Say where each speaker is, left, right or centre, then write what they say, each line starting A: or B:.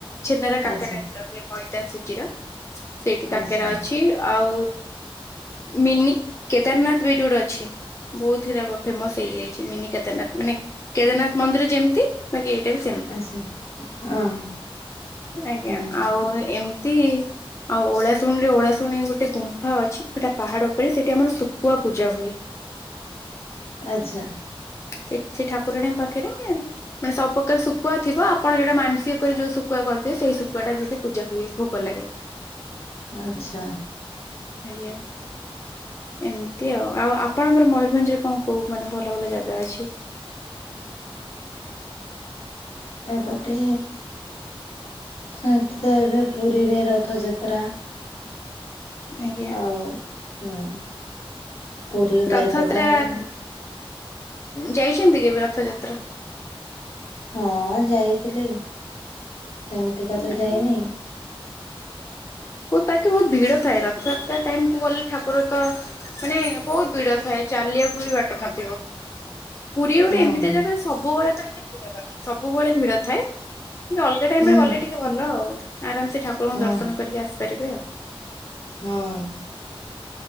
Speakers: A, on the left; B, on the left.
A: ଛେନର କାକେରା
B: ଆଚ୍ଛା
A: ପିଠା ହୁଏ ମଇଦା ସୁଜିର ସେଇଠି
B: ଆଚ୍ଛା
A: କାକେରା ଅଛି। ଆଉ ମିନି କେଦାରନାଥ ବିଟ ଗୋଟେ ଅଛି ବହୁତ ହେରା ଫେମସ। ଯାଇଛି ମିନି କେଦାରନାଥ ମାନେ କେଦାରନାଥ ମନ୍ଦିର ଯେମିତି ବାକି ଏଇଟା ବି ସେମତି
B: ଆଚ୍ଛା ହଁ
A: ଆଜ୍ଞା
B: ହଁ
A: ଆଉ ଏମ୍ ତି ଆଉ ଓଳାଶୁଣୀ ରେ ଓଳାଶୁଣୀ ଗୋଟେ ଗୁମ୍ଫା ଅଛି ସେଟା ପାହାଡ଼ ଉପରେ ସେଠି ଆମର ଶୁଖୁଆ ପୂଜା ହୁଏ।
B: ଆଚ୍ଛା।
A: ସେ ସେ ଠାକୁରାଣୀଙ୍କ ପାଖରେ ମାନେ ସବୁପ୍ରକାର ଶୁଖୁଆ ଥିବ ଆପଣ ଯୋଉଟା ମାନସିକ କରି ଯୋଉ ଶୁଖୁଆ କରିଥିବେ ସେଇ ଶୁଖୁଆ ଟା ଯଦି ପୂଜା ହୁଏ ଭୋଗ ଲାଗେ।
B: ଆଚ୍ଛା।
A: ଆଜ୍ଞା ଏମିତି ଆଉ ଆଉ ଆପଣଙ୍କର ମୟରଭଞ୍ଜ ରେ କଣ କୁ କୋଉ ମାନେ ଭଲ ଭଲ ଜାଗା ଅଛି?
B: ଏପଟେ ସେଠି ତ ଏବେ ପୁରୀରେ ରଥଯାତ୍ରା
A: ଆଜ୍ଞା
B: ଆଉ ହୁଁ। ପୁରୀ ବାରିପଦା
A: ରଥଯାତ୍ରା
B: ଏ
A: ଯାଇଛନ୍ତି କେବେ ରଥଯାତ୍ରା?
B: ହଁ ଯାଇଥିଲି ସେମିତିକା ତ
A: ଆଜ୍ଞା।
B: ଯାଇନି।
A: ତାକି ବହୁତ ଭିଡ଼ ଥାଏ ରଥଯାତ୍ର ଟାଇମ କୁ ଗଲେ ଠାକୁର ତ ମାନେ ବହୁତ ଭିଡ଼ ଥାଏ। ଚାଲିବାକୁ ବି ବାଟ ନଥିବ। ପୁରୀ ଗୋଟେ
B: ହଁ
A: ଏମିତିଆ
B: ହଁ
A: ଜାଗା ସବୁବେଳେ ତ ଭି ବାକି ସବୁବେଳେ ଭିଡ଼ ଥାଏ ଟେ ଅଲଗା ଟାଇମ
B: ହୁଁ
A: ରେ ଗଲେ ଟିକେ ଭଲ ଆଉ ଆରାମ୍ ସେ ଠାକୁରଙ୍କୁ
B: ହଁ
A: ଦର୍ଶନ କରିକି ଆସିପାରିବେ ଆଉ।
B: ହଁ